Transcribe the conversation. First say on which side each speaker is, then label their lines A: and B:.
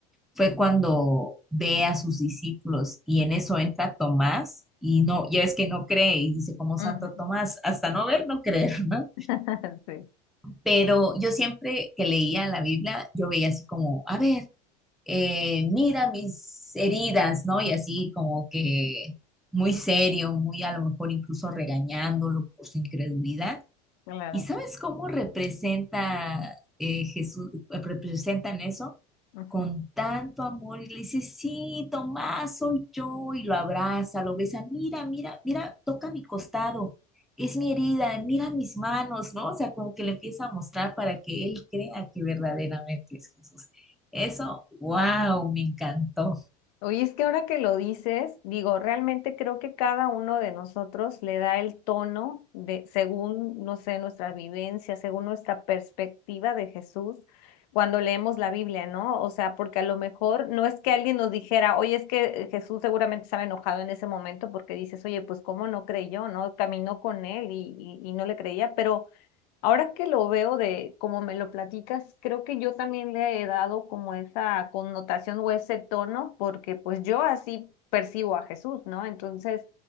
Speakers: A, in the centre; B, on the left.
A: fue cuando ve a sus discípulos y en eso entra Tomás y no, ya ves que no cree y dice como Santo
B: ujú.
A: Tomás, hasta no ver, no creer, ¿no?
B: <laughs> Sí.
A: Pero yo siempre que leía la Biblia, yo veía así como, a ver, eh, mira mis heridas, ¿no? Y
B: ujú,
A: así como que muy serio, muy a lo mejor incluso regañándolo por su incredulidad.
B: Claro.
A: ¿Y sabes cómo representa eh, Jesús, representan eso?
B: ujú.
A: Con tanto amor y le dice, sí, Tomás, soy yo, y lo abraza, lo besa, mira, mira, mira, toca mi costado, es mi herida, mira mis manos, ¿no? O sea, como que le empieza a mostrar para que él crea que verdaderamente es Jesús. Eso, wow, me encantó.
B: Oye, es que ahora que lo dices, digo, realmente creo que cada uno de nosotros le da el tono de, según, no sé, nuestra vivencia, según nuestra perspectiva de Jesús, cuando leemos la Biblia, ¿no? O sea, porque a lo mejor no es que alguien nos dijera, oye, es que eh, Jesús seguramente estaba enojado en ese momento porque dices, oye, pues cómo no creyó, ¿no? Caminó con él y, y y no le creía, pero... Ahora que lo veo de como me lo platicas, creo que yo también le he dado como esa connotación o ese tono, porque pues yo así percibo a Jesús, ¿no? Entonces,